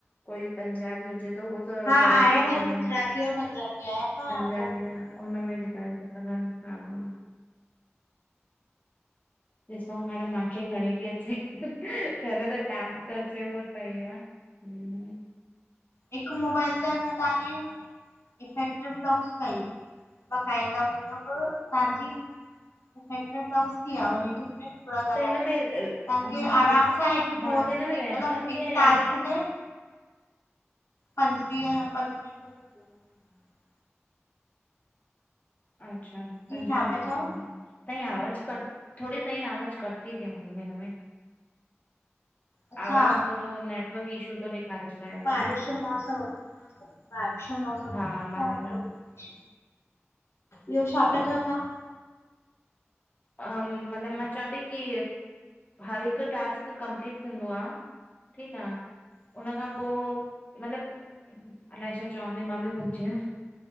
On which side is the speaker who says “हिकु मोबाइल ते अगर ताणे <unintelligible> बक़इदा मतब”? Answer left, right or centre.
Left